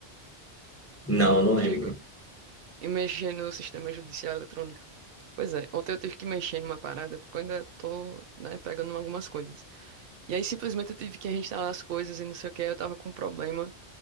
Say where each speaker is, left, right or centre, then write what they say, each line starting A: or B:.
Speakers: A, on the left (about 20°); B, on the right (about 60°).
A: Não, não
B: Chegou.
A: lembro.
B: E mexer no sistema judicial eletrônico. Pois é, ontem eu tive que mexer numa parada, porque eu ainda tô, né, pegando algumas coisas. E aí simplesmente eu tive que reinstalar as coisas e não sei o que, eu tava com um problema